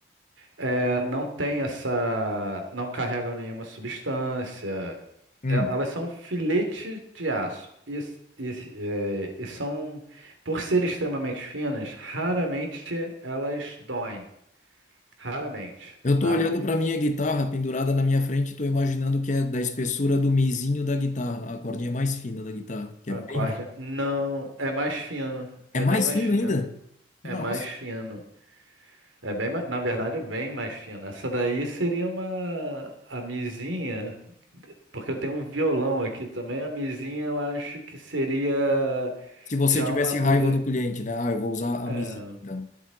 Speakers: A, on the right; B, on the left.
A: É, não tem essa. Não carregam nenhuma substância.
B: Hum.
A: E- Elas são filete de aço. E, e, é, e são, por ser extremamente finas, raramente elas doem. Raramente,
B: Eu tô
A: tá?
B: olhando para minha guitarra pendurada na minha frente e tô imaginando que é da espessura do mizinho da guitarra, a cordinha mais fina da guitarra, que
A: A
B: é bem
A: corda
B: fina.
A: não é mais fino.
B: É
A: É
B: mais
A: bem mais
B: fino
A: fino.
B: ainda? Nossa.
A: É mais fino. É bem, ma- na verdade, é bem mais fina. Essa daí seria uma a mizinha, porque eu tenho um violão aqui também. A mizinha eu acho que seria
B: Se você
A: já
B: tivesse
A: uma agulha.
B: raiva do cliente, né? Ah, eu vou usar a
A: é,
B: mizinha, então.